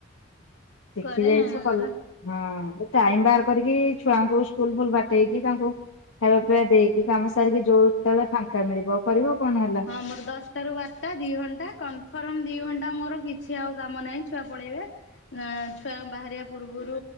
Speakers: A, on the left; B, on the left.
A: ଶିଖି
B: କରେ
A: ଯାଇଛ
B: ମୋର
A: ଭଲ୍, ହଁ ଏ ଟାଇମ ବାହାର କରିକି ଛୁଆଙ୍କୁ ସ୍କୁଲ୍ ଫୁଲ୍ ପଠେଇକି ତାଙ୍କୁ ଖାଇବା ପିଇବା ଦେଇକି କାମ ସାରିକି ଯୋଉତଳେ ଫାଙ୍କା ମିଳିବ କରିବ କଣ ହେଲା।
B: ହଁ ମୋର ଦଶ। <unintelligible> ରୁ ବାରଟା ଦି ଘଣ୍ଟା କନଫର୍ମ ଦି ଘଣ୍ଟା ମୋର କିଛି ଆଉ କାମ ନାହିଁ ଛୁଆ ପଳେଇବେ। ନାଁ ଛୁଆଙ୍କୁ ବାହାରିବା ପୂର୍ବରୁ